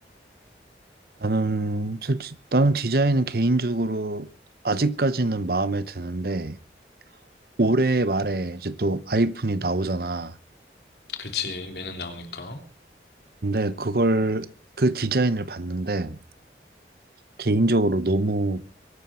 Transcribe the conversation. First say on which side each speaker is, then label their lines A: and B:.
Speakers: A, on the right (about 55°); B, on the left (about 65°).
A: 나는 솔직히 나는 디자인은 개인적으로 아직까지는 마음에 드는데 올해 말에 이제 또 아이폰이 나오잖아.
B: 그치, 매년 나오니까.
A: 근데 그걸 그 디자인을 봤는데 개인적으로 너무